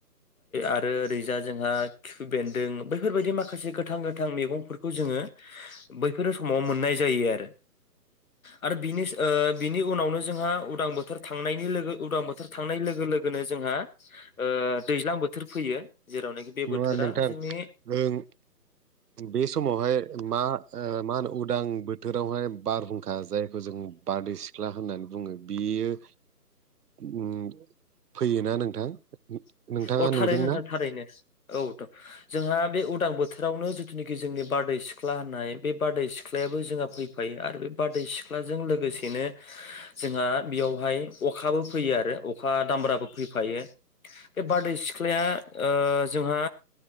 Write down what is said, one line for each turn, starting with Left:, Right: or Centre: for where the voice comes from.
Left: आरो ओरैजा जोंहा खिफि बेन्दों बैफोरबायदि माखासे गोथां गोथां मैगंफोरखौ जोङो। बैफोर समाव मोननाय जायो आरो। आरो बिनि बिनि उनावनो जोंहा उदां बोथोर थांनायनि लोगो उदां बोथोर थांनाय लोगो लोगोनो जोंहा ओ दैज्लां बोथोर फैयो। जेरावनाखि बे बोथोरा
Right: नङा नोंथां
Left: जोंनि
Right: ओं बे समावहाय मा ओ मा होनो उदां बोथोरावहाय बारहुंखा जायखौ जों बारदै सिख्ला होननानै बुङो बियो ओम फैयोना नोंथां?
Left: अ
Right: नोंथाङा नुदोंना
Left: थारैनो नोंथां थारैनो औथ' जोंहा बे उदां बोथोरावनो जिथुनोखि जोंनि बारदै सिख्ला होननाय बे बारदै सिख्लायाबो जोंहा फै फायो आरो बे बारदै सिख्लाजोंनो लोगोसेनो जोंहा बियावहाय अखाबो फैयो आरो अखा दामब्राबो फैफायो बे बारदै सिख्लाया ओ जोंहा